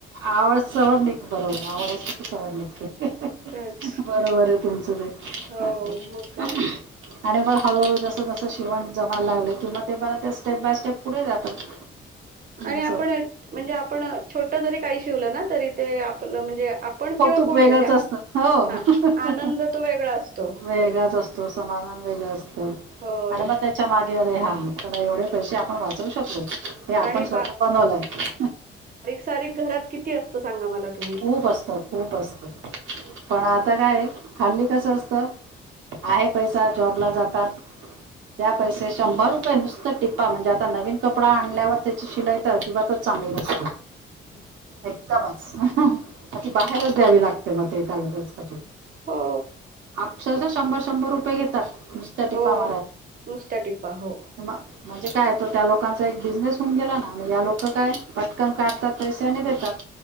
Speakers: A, on the right (about 75°); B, on the right (about 45°).
A: आवड चवड निघ बरोबर आवड असलं की सवड निघते बरोबर
B: सवयच
A: बरोबर आहे तुमचं ते
B: हो
A: अगदी
B: मग काय
A: आणि मग हळूहळू जसं जसं शिवण जमायला लागलं किंवा ते ब ते स्टेप बाय स्टेप पुढे जातात.
B: आणि
A: असं
B: आपण म्हणजे आपण छोट जरी काही शिवलं ना तरी ते आपलं म्हणजे आपण
A: कौतुक
B: किंवा कोणी
A: वेगळच
B: म्हणजे
A: असतं हो
B: हा आनंद तो वेगळा असतो
A: वेगळच असत. समाधान वेगळं असत आणि
B: होय
A: मग त्याच्या मागे अरे हा चला एवढे पैसे आपण वाचवू शकलो. हे आपण
B: आणि
A: स्वतः बनवलंय.
B: सारी घरात किती असतं सांगा मला त
A: खूप असत खूप असत.
B: तेच
A: पण आता काय खाल्ली कसं असत आहे पैसा जॉबला जातात द्या
B: हो
A: पैसे शंभर रुपये नुसतं टिप्पा म्हणजे आता नवीन कपडा आणल्यावर त्याची शिलाई तर अजिबातच चांगली नसते.
B: <inaudible>
A: एकदमच मग ती बाहेरच द्यावी लागते मग ते त्याला त्यासाठी
B: हो
A: अक्षरशः शंभर शंभर रुपये घेतात नुसत्या टिपा
B: हो
A: माराय.
B: नुसत्या टिपा हो
A: म्हणजे काय तो त्या लोकांचा एक बिजनेस होऊन गेला ना आणि या लोकं काय पटकन काढतात पैसे आणि देतात.